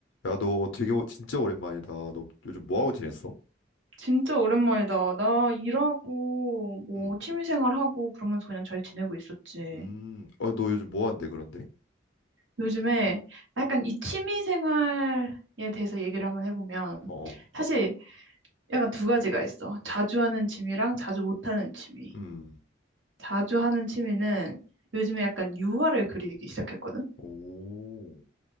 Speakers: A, on the left; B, on the right.
A: 야, 너 되게 오- 진짜 오랜만이다. 너 요즘 뭐하고 지냈어?
B: 진짜 오랜만이다. 나 일하고, 뭐,
A: 음,
B: 취미생활하고, 그러면서 그냥 잘 지내고 있었지.
A: 음, 어, 너 요즘 뭐한데 그런데?
B: 요즘에 약간 이 취미생활에 대해서 얘기를 한번 해보면,
A: 어,
B: 사실 약간 두 가지가 있어. 자주 하는 취미랑 자주 못하는 취미.
A: 음,
B: 자주 하는 취미는 요즘에 약간 유화를 그리기 시작했거든?
A: 오,